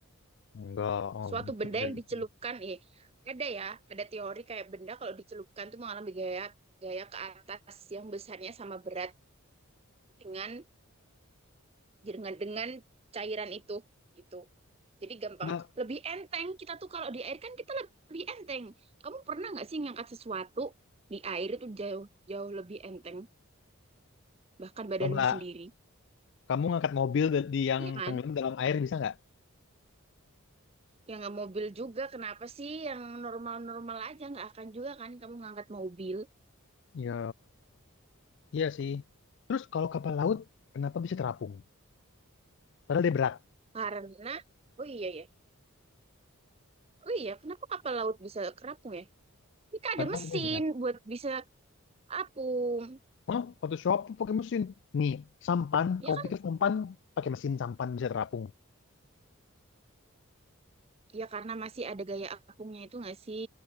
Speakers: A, on the left; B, on the right.
A: Enggak, oh,
B: suatu
A: mungkin
B: benda
A: dari
B: yang
A: itu.
B: dicelupkan eh ada ya ada teori kayak benda kalau dicelupkan tuh mengalami gaya gaya ke atas yang besarnya sama berat dengan dengan dengan cairan itu itu jadi gampang
A: Nah,
B: lebih enteng kita tuh kalau di air kan kita lebih enteng kamu pernah nggak sih ngangkat sesuatu di air itu jauh jauh lebih enteng bahkan badanmu
A: coba
B: sendiri
A: kamu ngangkat mobil da- di yang
B: iya kan
A: tenggelam dalam air bisa nggak?
B: yang nggak mobil juga kenapa sih yang normal-normal aja nggak akan juga kan kamu ngangkat mobil
A: Ya, iya sih. Terus kalau kapal laut, kenapa bisa terapung? Padahal dia berat.
B: karena oh iya ya oh iya kenapa kapal laut bisa kerapung ya kita ada
A: Padahal
B: mesin
A: dia berat.
B: buat bisa apung
A: Oh, Photoshop pakai mesin. Nih, sampan,
B: ya
A: kamu
B: kan
A: pikir sampan pakai mesin sampan bisa terapung?
B: ya karena masih ada gaya apungnya itu nggak sih